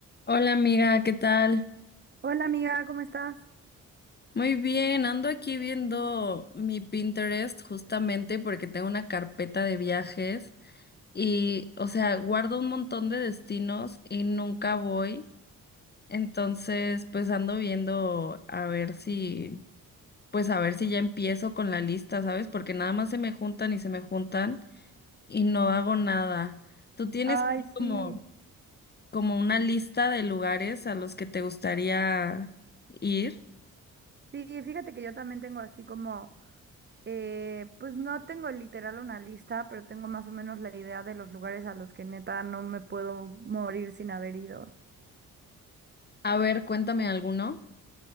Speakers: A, on the left (about 30°); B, on the right (about 30°).
A: Hola amiga, ¿qué tal?
B: Hola amiga, ¿cómo estás?
A: Muy bien, ando aquí viendo mi Pinterest justamente porque tengo una carpeta de viajes y, o sea, guardo un montón de destinos y nunca voy. Entonces, pues ando viendo a ver si, pues a ver si ya empiezo con la lista, ¿sabes? Porque nada más se me juntan y se me juntan y no hago nada. ¿Tú tienes
B: Ay,
A: así
B: sí.
A: como, como una lista de lugares a los que te gustaría ir?
B: Sí, fíjate que yo también tengo así como, eh, pues no tengo literal una lista, pero tengo más o menos la idea de los lugares a los que neta no me puedo morir sin haber ido.
A: A ver, cuéntame alguno.